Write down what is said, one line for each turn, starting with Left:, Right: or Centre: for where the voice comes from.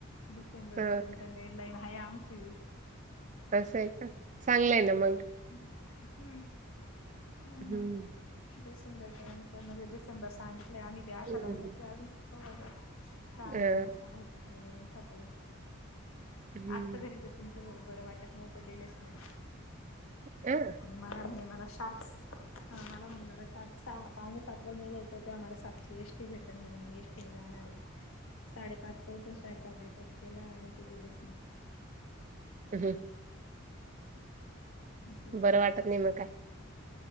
Left: डिसेंबर
Right: हां.
Left: पर्यंत डेडलाईन आहे आमची बी.
Right: असं आहे का, चांगलंय ना मग.
Left: हम्म हम्म
Right: हं,
Left: हम्म. डिसेंबरपर्यंत म्हणजे डिसेंबर सांगितलंय आम्ही बी आशा
Right: हं.
Left: लावून बसलोय अजून. <unintelligible> सहा
Right: अ,
Left: महिने काय होतं काय नाही <unintelligible>
Right: हं.
Left: आज तर घरीच आहे तुमचे भाऊ. बरं वाटत नव्हतं गेलेच नाही.
Right: अं...
Left: मला म्हणे मला शार्प मला म्हणे मला शार्प सहा पावणे सातलाच निघायचे आहे. त्या मला सातची एस ती भेट म्हणे मी, एसटीन जाणार आहे. साडेपाच उठून स्वयंपाक बिपाक केला आणि ते गेलेच नाही.
Right: हम्म.
Left: असं झालं.
Right: बरं वाटत नाही, मग काय.